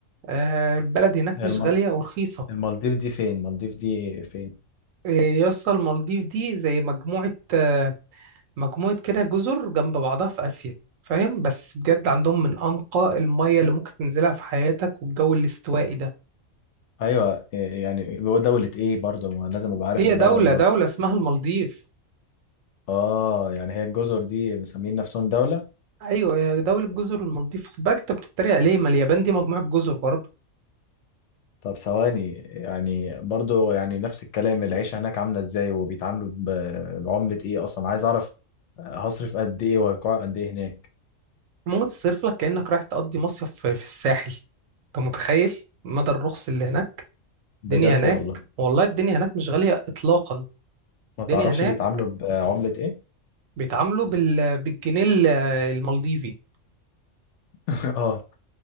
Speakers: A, on the right; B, on the left.
A: آه، البلد هناك
B: هي
A: مش
B: المال-
A: غالية ورخيصة
B: المالديف دي فين المالديف دي فين
A: آه، يا اسطى المالديف دي زي مجموعة آه، مجموعة كده جزر جنب بعضها في آسيا فاهم بس بجد عندهم من أنقى المية اللي ممكن تنزلها في حياتك والجو الاستوائي ده
B: ايوه إيه يعني هو دولة ايه برضه ما لازم ابقى عارف
A: هي
B: الدولة
A: دولة
B: اللي
A: دولة
B: اروح
A: اسمها المالديف
B: اه يعني هي الجزر دي مسمين نفسهم دولة
A: أيوة يا دولة جزر المالديف خد بالك أنت بتتريق ليه ما اليابان دي مجموعة جزر برضه
B: طب ثواني يعني برضه يعني نفس الكلام العيشة هناك عاملة ازاي وبيتعاملوا ب- بعملة ايه اصلا عايز اعرف هصرف قد ايه وهقعد قد ايه هناك
A: ممكن تصرف لك كأنك رايح تقضي مصيف في في الساحل أنت متخيل مدى الرخص اللي هناك
B: بجد
A: الدنيا هناك
B: والله
A: والله الدنيا هناك مش غالية إطلاقا
B: ما
A: الدنيا
B: تعرفش
A: هناك
B: بيتعاملوا بعملة ايه
A: بيتعاملوا بال... بالجنيه ال- المالديفي
B: <laughs> اه